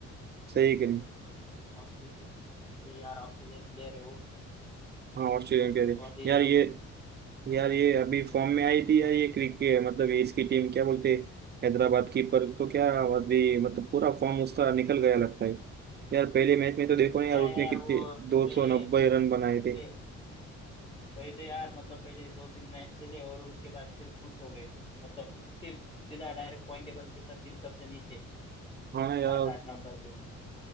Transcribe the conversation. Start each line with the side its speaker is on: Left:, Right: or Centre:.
Right: सही कि नहीं
Left: ऑस्ट्रेलियन यार ऑस्ट्रेलियन प्लेयर है वो
Right: हाँ ऑस्ट्रेलियन के लिए।
Left: बहुत ही
Right: यार ये यार ये अभी फॉर्म में आई थी यार ये क्रिकेट मतलब ये इसकी टीम क्या बोलते हैं, हैदराबाद की पर तो क्या अभी मतलब पूरा फॉर्म उसका निकल गया लगता है यार पहले मैच में तो देखो ना
Left: क्या
Right: यार उसने
Left: यार
Right: कितने
Left: वो
Right: दो
Left: पहले
Right: सौ नब्बे रन बनाए
Left: पहले
Right: थे
Left: वही तो यार मतलब पहले दो तीन मैच चले और उसके बाद फिर खुश हो गए मतलब सिर्फ सीधा डायरेक्ट पॉइंट टेबल के सब सबसे नीचे
Right: हाँ यार
Left: सात आठ नंबर पे